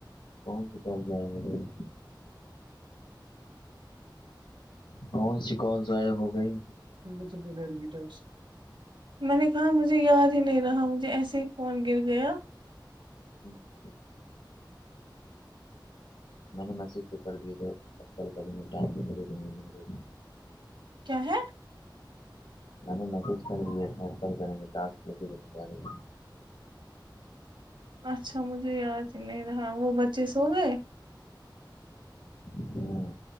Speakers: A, on the left; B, on the right.
A: کون کتاب ج گ <unintelligible> کون سی کال ضائع ہو گئی
B: <unintelligible> م چ تو گیر گٹاس میں نے کہا مجھے یاد ہی نہیں رہا مجھے ایسے ہی فون گر گیا
A: ہمم میں نے میسج تو کر دیا تھا کرے <unintelligible>
B: کیا ہے
A: میں نے میسج کر دیا تھا کل کارے گے یہ
B: اچھا مجھے یاد نہیں رہا وہ بچے سو گئے
A: ڈالے